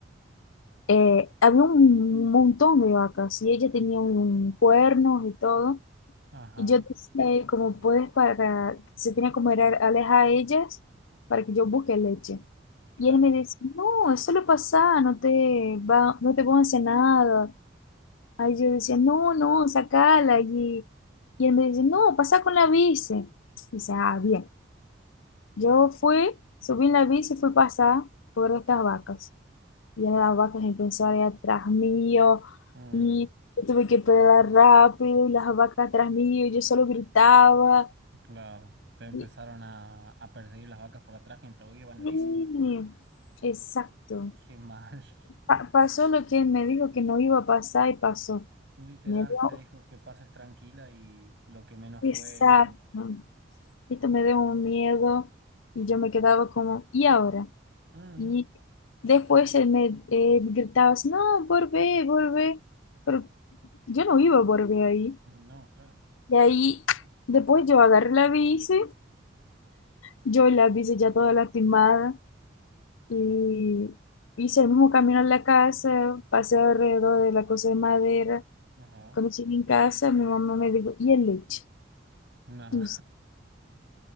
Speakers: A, on the left; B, on the right.
A: eh, había un montón de vacas y ella tenía un cuernos y todo.
B: Ajá.
A: Y yo decía, eh, como puedes para, se tenía como era alejar a ellas para que yo busque leche.
B: Claro,
A: Y él me
B: sí.
A: decía, no, eso lo pasa, no te va, no te van a hacer nada. Ahí yo decía, no, no, sacala. Y, y él me dice, no, pasa con la bici. Dice, ah, bien. Yo fui, subí en la bici y fui pasar por estas vacas. Viene la vaca impulsora atrás mío
B: Mm,
A: y yo tuve que pedalar rápido y las vacas atrás mío y yo solo gritaba.
B: claro. Te empezaron
A: Y,
B: a, a perseguir las vacas por atrás mientras vos ibas en la
A: y-
B: bici.
A: exacto.
B: Qué mal. <laughs>
A: Pa- pasó lo que él me dijo que no iba a pasar y pasó.
B: Literal,
A: Me dio
B: te dijo que pases tranquila y lo que menos
A: pesar.
B: fue es tranquilo.
A: ¿no? Esto me dio un miedo y yo me quedaba como, ¿y ahora?
B: Mm,
A: Y después él me eh, gritaba, así, no, volvé, volvé. Pero yo no iba a volver ahí.
B: no, claro.
A: Y ahí, después yo agarré la bici, yo la bici ya toda lastimada y hice el mismo camino a la casa, pasé alrededor de la cosa de madera.
B: Ajá.
A: Cuando llegué en casa, mi mamá me dijo, ¿y el leche?
B: No,
A: Y s-